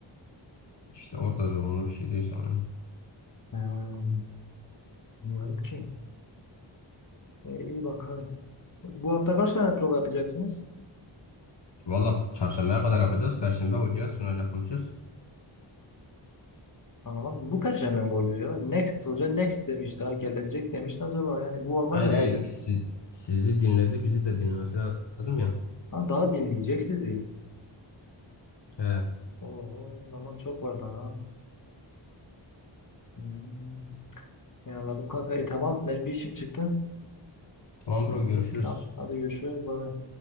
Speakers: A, on the left; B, on the left.
A: İşte orada zorunlu bir şey değil sonra.
B: Ee, bilmiyorum ki. Ee, iyi bakalım. Bu hafta kaç tane prova yapacaksınız?
A: Valla çarşambaya kadar yapacağız. Perşembe hocaya sunacakmışız.
B: Anlamadım. Bu Perşembe mi oluyor ya? Next hoca next demiş daha gelecek demişti acaba. Yani bu olmaz
A: Hayır
B: herhalde.
A: hayır. Si- sizi dinledi, bizi de dinlemesi lazım ya.
B: Ha, daha dinleyecek sizi.
A: He.
B: Oo, zaman çok var daha. Hmm. Ya anladım kanka. E tamam benim bir işim çıktı.
A: Tamam bro
B: Ne bileyim,
A: görüşürüz.
B: Tamam hadi görüşürüz. Bye.